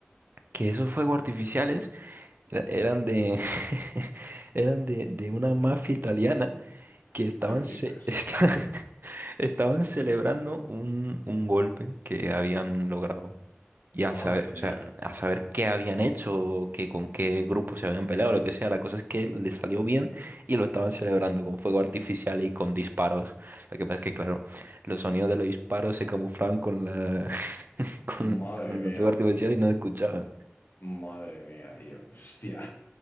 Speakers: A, on the right; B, on the left.
A: que esos fuegos artificiales era- eran de, <laughs> eran de, de una mafia italiana que estaban,
B: ¿Qué dices?
A: ce- <laughs> esta- estaban celebrando un, un golpe que habían logrado y a
B: Madre
A: saber, o
B: mía.
A: sea, a saber qué habían hecho, que con qué grupo se habían peleado, lo que sea. La cosa es que le salió bien y lo estaban celebrando con fuego artificial y con disparos. Lo que pasa es que, claro, los sonidos de los disparos se camuflaban con la <laughs> con,
B: Madre
A: con
B: mía,
A: el fuego artificial y no escuchaban.
B: madre mía, tío. Hostia.